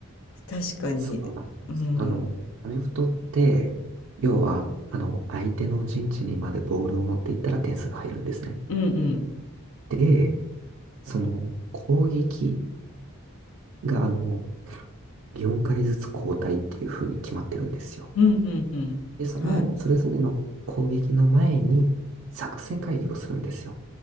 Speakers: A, on the left (about 65°); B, on the right (about 60°).
A: 確かに。
B: そうなんです。
A: うん。
B: あの、アメフトって、要は、あの、相手の陣地にまでボールを持っていったら点数が入るんですね。
A: うんうん。
B: で、その、攻撃が、あの、4回ずつ交代っていう風に決まってるんですよ。
A: うんうんうん。
B: で、その、
A: はい。
B: それぞれの攻撃の前に、作戦会議をするんですよ。